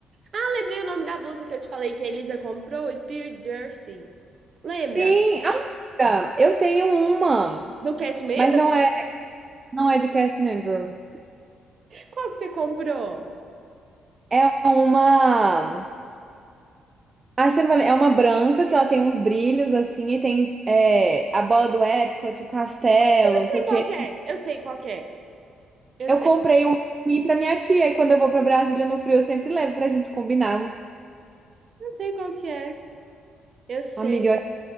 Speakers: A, on the right; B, on the right.
A: Ah, lembrei o nome da blusa que eu te falei que a Elisa comprou, Spirit Jersey. Lembra?
B: Sim, amiga, eu tenho uma,
A: Do cast member?
B: mas não é, não é de cast member.
A: Qual que você comprou?
B: É uma. A Arsenio Valley é uma branca que ela tem uns brilhos assim e tem é, a bola do Epcot, o castelo,
A: Eu
B: não
A: sei
B: sei o
A: qual
B: quê.
A: que é. Eu sei qual que é. Eu
B: Eu
A: sei.
B: comprei um pra mim e pra minha tia e quando eu vou pra Brasília no frio eu sempre levo pra gente combinar.
A: Não sei qual que é. Eu sei,
B: Amiga, eu acho